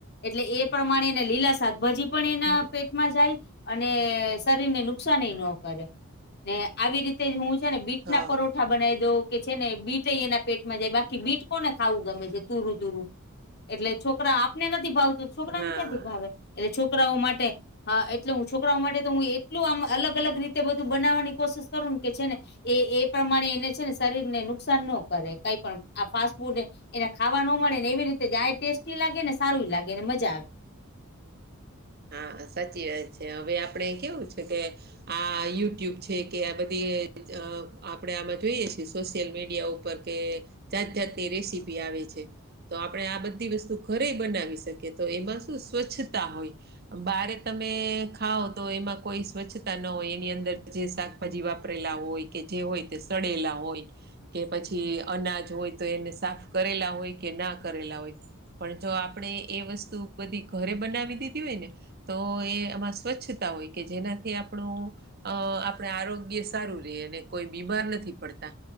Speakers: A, on the left (about 50°); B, on the right (about 45°).
A: એટલે એ પ્રમાણે એને લીલા શાકભાજી પણ એના
B: હમ
A: પેટમાં જાય અને શરીરને નુકસાનેય ન કરે ને આવી રીતે હું છે, ને બીટના
B: હા
A: પરોઠા બનાવી દઉં કે છે, ને બીટ એના પેટમાં જાય બાકી બીટ કોને ખાવુ ગમે છે, તુરુ તુરુ એટલે છોકરા આપને નથી ભાવતું છોકરાને
B: હા.
A: ક્યાંથી ભાવે એટલે છોકરાઓ માટે હા એટલે હું છો કરાઓ માટે તો હું એટલું આમ અલગ અલગ રીતે બધું બનાવવાની કોશિશ કરું ને કે છે, ને એ એ પ્રમાણે એને છે, ને શરીરને નુકસાન ન કરે કઈ પણ આ ફાસ્ટ ફૂડ એને ખાવા ન મળે ને એવી રીતે આય ટેસ્ટી લાગે ને સારું લાગે અને મજા આ
B: હા સાચી વાત છે, હવે આપણે કેવું છે, કે આ યુટ્યુબ છે, કે આ બધી અ આપણેે આમાં જોઈએ છીએ સોશિયલ મીડિયા ઉ પર કે જાત જાતની રેસીપી આવે છે. તો આપણે આ બધી વસ્તુ ઘરે બનાવી શકીએ તો એમાં શું સ્વચ્છતા હોય બારે તમે ખાઓ તો એમાં કોઈ સ્વચ્છતા ન હોય એની અંદર જે શાકભાજી વાપરેલા હોય કે જે હોય તે સડેલા હોય કે પછી અનાજ હોય તો એને સાફ કરેલા હોય કે ના કરેલા હોય પણ જો આપડે એ વસ્તુ બધી ઘરે બનાવી દી ધી હોય ને તો એ આમાં સ્વચ્છતા હોય કે જેનાથી આપણું અ આપણે આરોગ્ય સારું રિયે અને કોઈ બીમાર નથી પડતા.